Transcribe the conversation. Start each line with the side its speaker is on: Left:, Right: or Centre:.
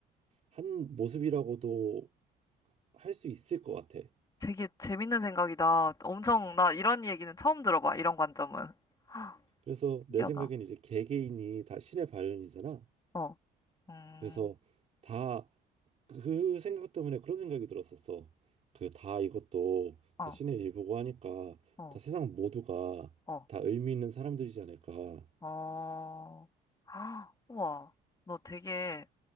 Right: 한 모습이라고도 할 수 있을 것 같아.
Left: 되게 재밌는 생각이다. 엄청 나 이런 얘기는 처음 들어봐. 이런 관점은. <gasps> 헉,
Right: 그래서
Left: 신기하다.
Right: 내 생각엔 이제 개개인이 다 신의 발현이잖아.
Left: 어, 음,
Right: 그래서 다 그 생각 때문에 그런 생각이 들었었어. 그 다 이것도
Left: 어,
Right: 다 신의 일부고 하니까
Left: 어,
Right: 다 세상 모두가
Left: 어,
Right: 다 의미 있는 사람들이지 않을까.
Left: 어. <gasps> 헉, 우와, 너 되게